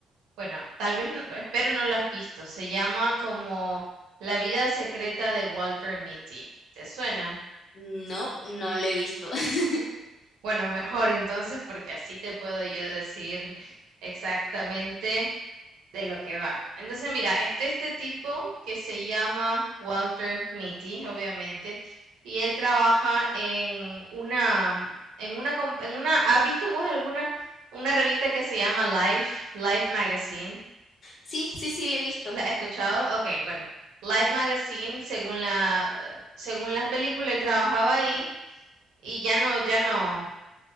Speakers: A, on the right; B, on the left.
A: Bueno, tal vez, no- espero no la has visto. Se llama como La vida secreta de Walter Mitty. ¿Te suena?
B: No, no le he visto. <laughs>
A: Bueno, mejor entonces porque así te puedo yo decir exactamente de lo que va. Entonces, mira, este este tipo que se llama Walter Mitty, obviamente, y él trabaja en una, en una, en una, ¿has visto vos alguna, una revista que se llama Life, Life Magazine?
B: Sí, sí, sí, le he visto.
A: ¿La has escuchado? Ok, bueno, Life Magazine, según la, según la película, él trabajaba ahí y ya no, ya no,